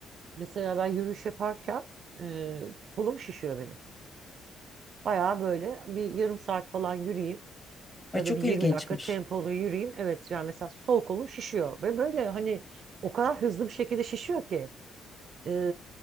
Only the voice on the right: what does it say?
Mesela ben yürüyüş yaparken e, kolum şişiyor benim. Bayağı böyle bir yarım saat falan yürüyeyim
ya
da bir
20 dakika tempolu yürüyeyim. Evet yani mesela sol kolum şişiyor ve böyle hani o kadar hızlı bir şekilde şişiyor ki e,